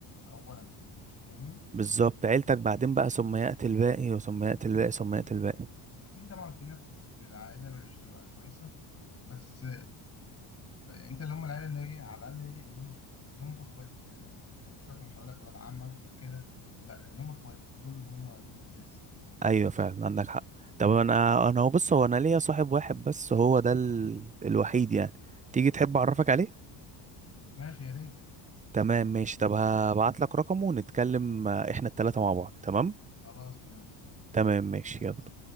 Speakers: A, on the left; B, on the right.
A: اولا فاهمني
B: بالظبط عيلتك بعدين بقى ثم يأتي الباقي وثم يأتي الباقي ثم يأتي الباقي
A: في طبعا في ناس في العائله مش تبقى كويسه بس انت اللي هم العيله اللي هي على الاقل ايه اللي هم اخو- اللي هم اخواتك يعني انت- سيبك مش هقول لك ولاد عمك كده لا اللي هم اخواتك دول اللي هم الاساس
B: أيوة فعلا عندك حق طب أنا أنا هو بص هو أنا ليا صاحب واحد بس هو ده ال... الوحيد يعني تيجي تحب أعرفك عليه
A: ماشي يا ريت
B: تمام ماشي طب هبعت لك رقمه ونتكلم آه، إحنا التلاتة مع بعض تمام
A: خلاص تمام
B: تمام ماشي يلا